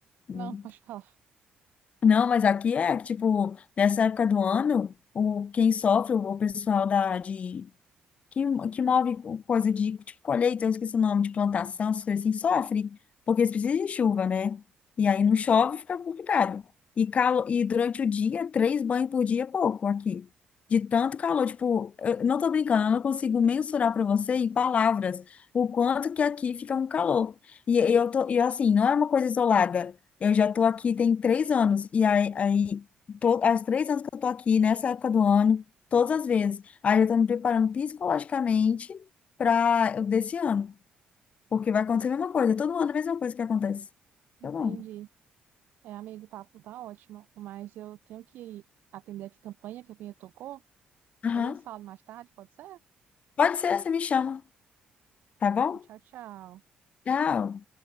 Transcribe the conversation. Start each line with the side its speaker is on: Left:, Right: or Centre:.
Left: Hum.
Right: Não, pode falar.
Left: Não, mas aqui é, tipo, nessa época do ano, o, quem sofre, o o pessoal da, de, que, que move coisa de tipo colheita, eu esqueci o nome, de plantação, essas coisas assim, sofre, porque eles precisam de chuva, né? E aí não chove, fica complicado. E, calo, e durante o dia, três banhos por dia é pouco aqui. De tanto calor, tipo, eu não tô brincando, eu não consigo mensurar para você em palavras o quanto que aqui fica um calor. E eu tô, e assim, não é uma coisa isolada. Eu já tô aqui tem três anos, e aí, aí to- as três anos que eu tô aqui, nessa época do ano, todas as vezes. Aí eu tô me preparando psicologicamente para desse ano, porque vai acontecer a mesma coisa, todo ano a mesma coisa que acontece.
Right: Entendi.
Left: Tá bom?
Right: É, amigo, o papo tá ótimo, mas eu tenho que atender aqui campanha, que a campanha tocou.
Left: Aham.
Right: A gente se fala mais tarde, pode ser?
Left: Pode ser, você me chama, tá bom?
Right: Então, tchau, tchau.
Left: Tchau.